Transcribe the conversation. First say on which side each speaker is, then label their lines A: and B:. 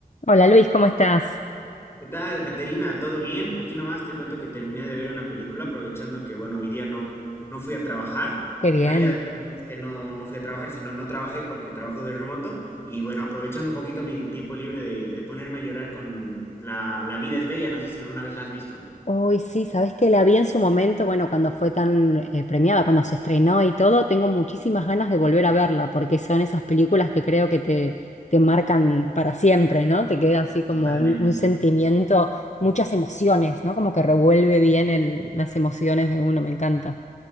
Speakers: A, on the left; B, on the left.
A: Hola Luis, ¿cómo estás?
B: ¿Qué tal, Caterina? ¿Todo bien? Aquí nomás te cuento que terminé de ver una película, aprovechando que, bueno, hoy día no, no fui a trabajar.
A: Qué bien.
B: En realidad, no es que no, no fui a trabajar, sino no trabajé porque trabajo de remoto. Y bueno, aprovechando un poquito mi tiempo libre de, de ponerme a llorar con la, La vida es bella. No sé si alguna vez la has visto.
A: Uy, sí, sabes que la vi en su momento, bueno, cuando fue tan eh, premiada, cuando se estrenó y todo, tengo muchísimas ganas de volver a verla, porque son esas películas que creo que te, te marcan para siempre, ¿no? Te queda así como
B: Totalmente.
A: un, un sentimiento, muchas emociones, ¿no? Como que revuelve bien el- las emociones de uno, me encanta.